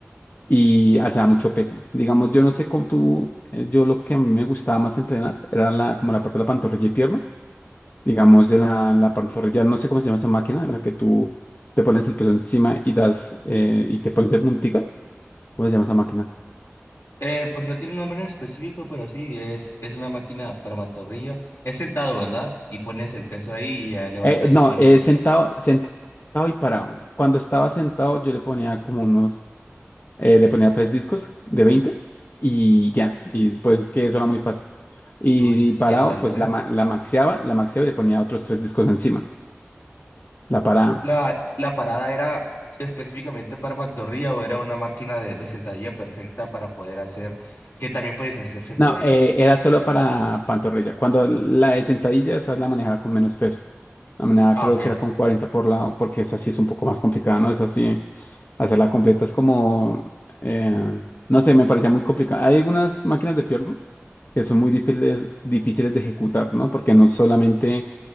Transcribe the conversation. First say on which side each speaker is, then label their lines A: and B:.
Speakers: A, on the left; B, on the left.
A: y alzaba mucho peso. Digamos, yo no sé cómo tú, eh, yo lo que a mí me gustaba más entrenar era la, como la parte de la pantorrilla y pierna. Digamos, de la, la pantorrilla, no sé cómo se llama esa máquina en la que tú te pones el peso encima y das, eh, y te pones de punticas. ¿Cómo se llama esa máquina?
B: Eh, pues no tiene un nombre en específico, pero sí, es, es una máquina para pantorrilla. Es sentado, ¿verdad? Y pones el peso ahí y ya levantas
A: Eh, no,
B: con
A: eh,
B: tus...
A: sentado, sentado y parado. Cuando estaba sentado, yo le ponía como unos, eh, le ponía tres discos de 20 y ya. Y pues es que eso era muy fácil. Y,
B: Uy, si
A: parado,
B: si es algo,
A: pues
B: ¿eh?
A: la, ma- la maxeaba, la maxeaba y le ponía otros tres discos encima. La parada.
B: La, la parada era específicamente para pantorrilla o era una máquina de, de sentadilla perfecta para poder hacer, que también puedes hacer sentadilla.
A: No, eh, era solo para pantorrilla. Cuando la de sentadilla, esa la manejaba con menos peso. La manejaba
B: Ah,
A: creo
B: ok.
A: que era con 40 por lado, porque esa sí es un poco más complicada, ¿no? Esa sí, hacerla completa es como, eh, no sé, me parecía muy complicada. Hay algunas máquinas de pierna que son muy difíciles, difíciles de ejecutar, ¿no? Porque no solamente